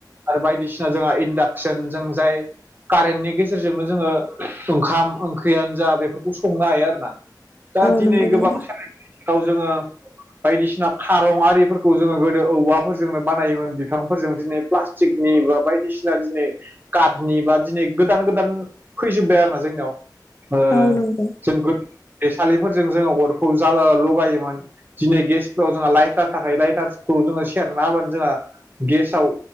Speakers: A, on the right (about 25°); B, on the left (about 40°).
A: आरो बायदिसिना जोंहा इन्डाक्सन जों जाय कारेन्टनि गेजे जेरजोंनो जोङो ओंखाम ओंख्रियानो जा बेफोरखौ संनो हायो आरोना दा
B: औ
A: दिनै
B: नंगौ
A: गोबां
B: नोंथां
A: सोलायनय दिनाव जोङो बायदिसिना खारं आरिफोरखौ जोङो गोदो औवाफोरजोंनो बानायोमोन बिफांफोरजों दिनै प्लास्टिकनि बा बायदिसिना दिनै काटनि बा दिनै गोदान गोदान फैजोबबाय आरोना जोंनियाव ओ
B: औ नंगौ
A: जों गो दैसालिफोरजों जोङो अरखौ जाला लगायोमोन दिनै गेसफ्राव जोंहा लाइटार थाखाय लाइटारखौ जोङो सेरना होबानो जोंहा गेसाव